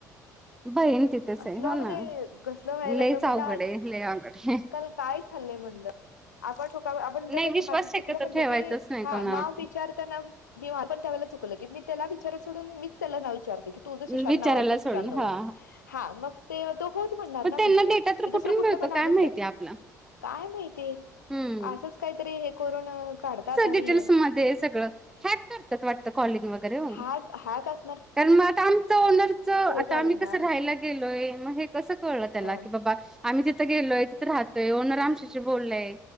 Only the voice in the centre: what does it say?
बहीण तिथेच
आहे हो
ना
लईच
अवघड
आहे लई अवघड आहे
नाही विश्वास
शक्यतो
ठेवायचाच
नाही
कोणावरती
विचारायला
सोडून
हा
पण
त्यांना
डेटा तर
कुठून
मिळतो
काय
माहिती आपला
हम्म
डिटेल्स मध्ये सगळ हॅक करतात वाटत कॉलिंग वगैरे ओ,
कारण मग आता आमच ओनरच आता
आम्ही कसं
राहायला गेलोय मग हे. कस कळलं त्याला
की बाबा आम्ही तिथं गेलोय तिथं राहतोय, ओनर आमच्याशी, बोलले,